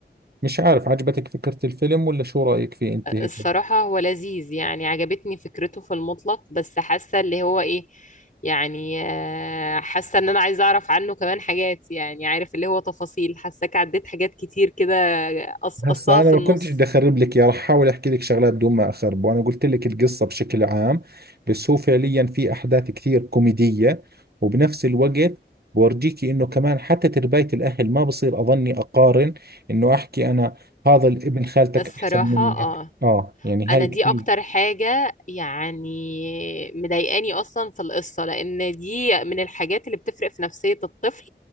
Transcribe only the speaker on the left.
الصراحة هو لذيذ يعني عجبتني فكرته في المطلق بس حاسة اللي هو ايه يعني آه، حاسة ان انا عايزة اعرف عنه كمان حاجات يعني عارف اللي هو تفاصيل حاساك عديت حاجات كتير كده قصقصتها
في
النص
الصراحة
اه
انا
دي
اكتر حاجة يعني مضايقاني اصلا في القصة لان دي من الحاجات اللي بتفرق في نفسية الطفل